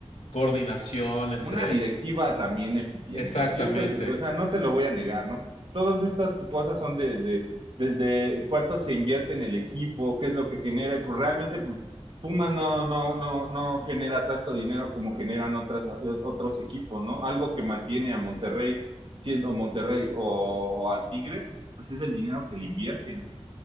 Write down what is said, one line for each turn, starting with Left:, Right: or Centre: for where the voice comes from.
Left: coordinación entre
Right: una directiva también eficiente,
Left: Exactamente.
Right: porque yo te, o sea, no te lo voy a negar, ¿no? Todas estas cosas son de, de- desde cuánto se invierte en el equipo, qué es lo que genera, y pues realmente pues, Pumas no, no, no, no genera tanto dinero como generan otras, otros equipos, ¿no? Algo que mantiene a Monterrey siendo Monterrey o, o al Tigres, pues es el dinero que le invierten.